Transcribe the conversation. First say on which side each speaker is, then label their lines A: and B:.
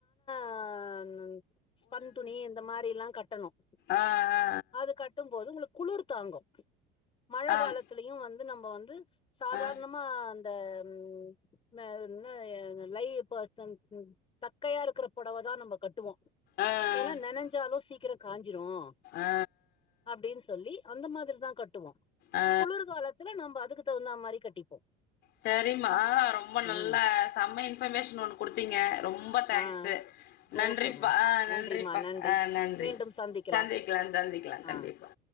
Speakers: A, on the left; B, on the left.
A: ஆஹ் ஆஹ் ஸ்பன் துணி இந்த மாரி லாம் கட்டணும்.
B: ஆ ஆ
A: அது கட்டும் போது உங்ளுக் குளுர் தாங்கும் மழ
B: ஆ ஆம்
A: காலத்லயும் வந்து நம் இப்ப வந்து சாதாரணமா
B: ஆ
A: த ம் ம் மே இன்ன என்ன லை பர்சன் தக்கையா இருக்கிற புடவை தான் நம்ம கட்டுவோம்
B: ஆ ஆ
A: ஏன்னா நெனஞ்சாலும் சீ சீக்கிரம் காஞ்சிரும்
B: ஆ
A: அப்டின் சொல்லி அந்த மாதிரி தான் கட்டுவோம்
B: ஆ
A: குளிர்காலத்துல நம்ம அதுக்கு தகுந்தா மாரி கட்டிப்போ
B: சரிமா ரொம்ப நல்லா
A: ம்
B: சம்ம இன்பர்மேஷன் ஒண்ணு குடுத் தீங்க ரொம்ப தேங்க்ஸு
A: ஆ
B: நன்றிப்பா
A: ஓகேமா
B: அ
A: நன்றிமா
B: நன்றிப்பா
A: நன்றி
B: அ நன்றி
A: மீண்டும் சந்திக்கலாம்
B: சந்திக்லா சந்திக்லா
A: ஆ
B: கண்டிப்பா